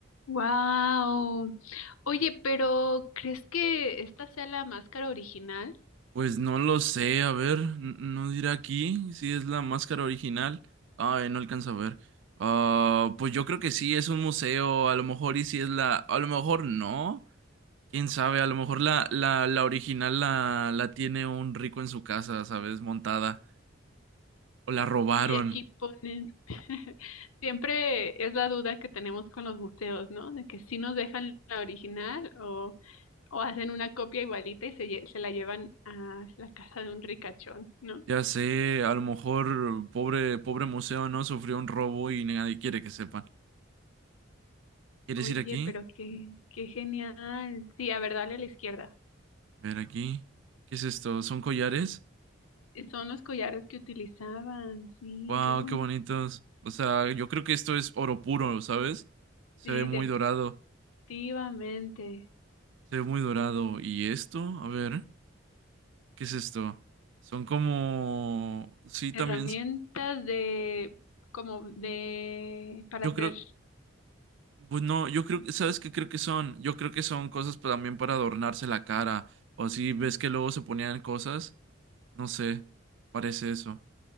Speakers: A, on the left; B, on the right.
A: Wow. Oye, pero ¿crees que esta sea la máscara original?
B: Pues no lo sé, a ver, n- no dirá aquí si es la máscara original. Ay, no alcanza a ver. Ah, pues yo creo que sí, es un museo, a lo mejor y si es la, a lo mejor no, quién sabe, a lo mejor la, la, la original la, la tiene un rico en su casa, ¿sabes? Montada, o la robaron,
A: Y aquí ponen, <laughs> siempre es la duda que tenemos con los museos, ¿no? De que si nos dejan la original o, o hacen una copia igualita y se, lle- se la llevan a la casa de un ricachón, ¿no?
B: ya sé, a lo mejor pobre, pobre museo, ¿no? Sufrió un robo y nadie quiere que sepan. ¿Quieres
A: Oye,
B: ir aquí?
A: pero qué, qué genial. Sí, a ver, dale a la izquierda.
B: A ver aquí, ¿qué es esto? ¿Son collares?
A: Eh, Son los collares que utilizaban, sí,
B: Wow,
A: qué bonito.
B: qué bonitos. O sea, yo creo que esto es oro puro, ¿sabes? Se
A: Sí,
B: ve muy dorado,
A: definitivamente.
B: se ve muy dorado. ¿Y esto? A ver, ¿qué es esto? Son como, sí,
A: Herramientas
B: también, s-
A: de, como de, para
B: yo
A: hacer,
B: creo, pues no, yo creo, ¿sabes qué creo que son? Yo creo que son cosas pa- también para adornarse la cara. O si ves que luego se ponían cosas, no sé, parece eso.